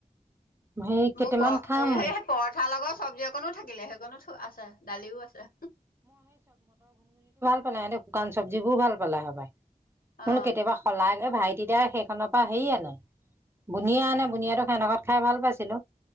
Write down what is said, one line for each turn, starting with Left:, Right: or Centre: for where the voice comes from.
Right: সেই কেইটামান
Left: মোৰ পৰ
Right: খাম
Left: সেই পৰঠা লগৰ চব্জি অকনো থাকিলে সেইকণো আছে দালিও আছে।
Right: বোইছ নাই সিহঁতে শুকান চব্জিবোৰ ভাল পালে হবাই বোলো
Left: অ
Right: কেতিয়াবা শলাগে ভাই তি দাই সেইখনৰ পৰা হেৰি আনে বুনিয়া আনে বুনিয়াটো সেনেকত খাই ভাল পাইছিলো।